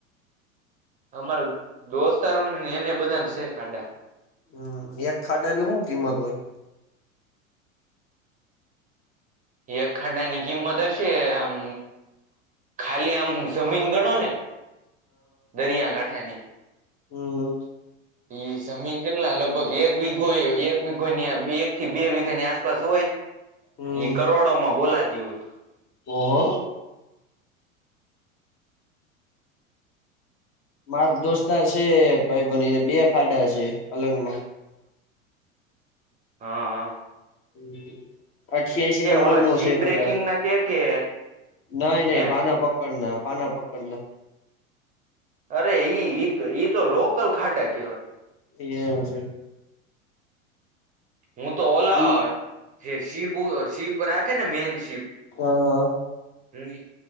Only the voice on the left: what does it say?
હમ એક ખાડાની હુ કિંમત હોય
હમ હમ
હમ
ઓહો માર દોસ્તાર છે ભાઈ બનીને બે ખાડા છે અલંગમાં
હમ અઠ્યાસી નંબર
નો
છે કદાચ
નહી નહી
પાના પ પકડના પાના પકડના
એ હ છે
ઈ
હા હા